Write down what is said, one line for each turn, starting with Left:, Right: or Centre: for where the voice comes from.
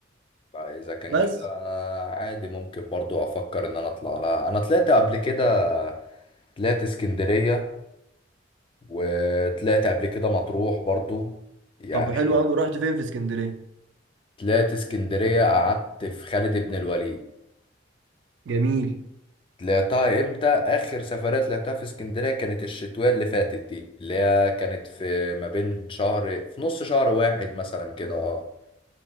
Left: اذا كان
Right: بس
Left: كده عادي ممكن برضو افكر ان انا اطلع لها انا طلعت قبل كده طلعت اسكندرية وطلعت قبل كده مطروح برضو يعني
Right: طب حلو قوي رحت فين في اسكندرية
Left: طلعت اسكندرية قعدت في خالد بن الوليد
Right: جميل
Left: طلعتها امتى آخر سفرية طلعتها في اسكندرية كانت الشتوية اللي فاتت دي اللي هي كانت في ما بين شهر في نص شهر واحد مثلا كده اه